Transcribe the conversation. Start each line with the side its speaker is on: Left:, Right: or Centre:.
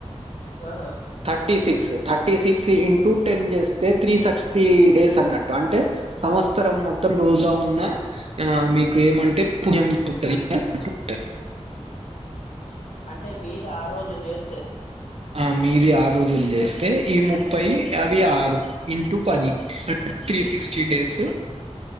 Left: ఆహా
Right: thirty six thirty six into ten చేస్తే త్రీ సక్స్టీ డేస్ అన్నట్టు. అంటే సంవత్సరం మొత్తం రోజా ఉన్న ఆ మీకు ఏమంటే పుయం <unintelligible>
Left: అంటే మీది ఆరు రోజులు చేస్తే,
Right: ఆ మీది ఆరు రోజులు చేస్తే ఈ ముప్పై అవి ఆరు ఇంటూ పది అ త్రీ సిక్స్టీ డేసు